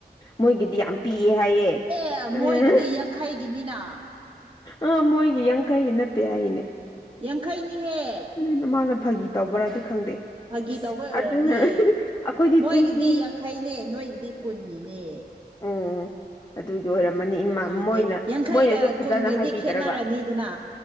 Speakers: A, on the left (about 25°); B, on the right (about 30°).
A: ꯃꯣꯏꯒꯤꯗꯤ ꯌꯥꯝ ꯄꯤꯌꯦ ꯍꯥꯏꯌꯦ
B: ꯑꯦ
A: ꯎꯝ
B: ꯃꯣꯏꯒꯤꯗꯤ ꯌꯥꯡꯈꯩꯒꯤꯅꯤꯅ
A: ꯑ ꯃꯣꯏꯒꯤ ꯌꯥꯡꯈꯩꯒꯤ ꯅꯠꯇꯦ ꯍꯥꯏꯅꯦ
B: ꯌꯥꯡꯈꯩꯅꯤꯍꯦ
A: ꯎꯝ ꯃꯥꯅ ꯐꯥꯒꯤ ꯇꯧꯕ꯭ꯔꯥꯗꯤ ꯈꯪꯗꯦ
B: ꯐꯥꯒꯤ
A: ꯑꯁ
B: ꯇꯧꯕ ꯑꯣꯏꯔꯝꯅꯤ
A: ꯑꯗꯨꯅ ꯑꯩꯈꯣꯏꯗꯤ
B: ꯃꯣꯏꯒꯤꯗꯤ
A: ꯇ꯭ꯋꯦꯟꯇꯤ
B: ꯌꯥꯡꯈꯩꯅꯦ ꯅꯣꯏꯒꯤꯗꯤ ꯀꯨꯟꯒꯤꯅꯦ
A: ꯎꯝ ꯑꯗꯨꯒꯤ ꯑꯣꯏꯔꯝꯃꯅꯤ
B: ꯑꯗꯨꯏ
A: ꯏꯃꯥ
B: ꯑꯗꯨꯏꯅꯦ
A: ꯃꯣꯏꯅ
B: ꯌꯥꯡꯈꯩꯒ
A: ꯃꯣꯏꯅꯁꯨ ꯐꯖꯅ
B: ꯀꯨꯟꯒꯗꯤ
A: ꯍꯥꯏꯕꯤꯗ꯭ꯔꯒ
B: ꯈꯦꯠꯅꯔꯅꯤꯗꯅ